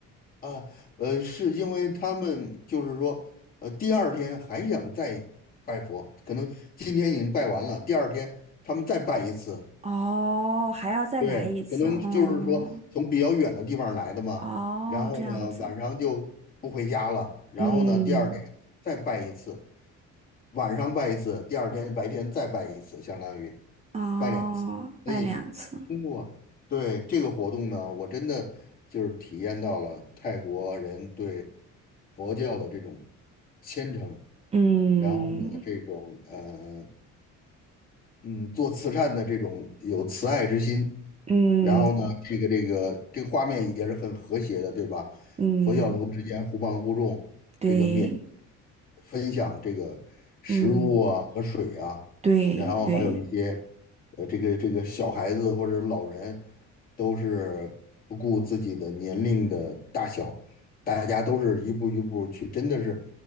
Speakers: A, on the left (about 30°); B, on the right (about 20°).
A: 啊，呃，是因为他们就是说，呃，第二天还想再拜佛，可能今天已经拜完了，第二天他们再拜一次。
B: 哦，还要再来一次，
A: 对，可能就是说从比较远的地方来的嘛，
B: 哦。哦，
A: 然后呢晚上就不回家了，
B: 这样子，
A: 然后呢第二天再拜一次，
B: 嗯
A: 晚上拜一次，第二天白天再拜一次，相当于
B: 哦，
A: 拜两次。所以通过对这个活动呢，
B: 拜两次，
A: 我真的就是体验到了泰国人对佛教的这种虔诚，
B: 嗯
A: 然后呢这种呃嗯，做慈善的这种有慈爱之心，
B: 嗯
A: 然后呢，这个这个这个画面也是很和谐的，对吧？
B: 嗯，
A: 佛教徒之间互帮互助，
B: 对，
A: 这个分享这个食物啊和水啊，
B: 嗯对对，
A: 然后还有一些呃，这个这个小孩子或者老人都是不顾自己的年龄的大小，大家都是一步一步去，真的是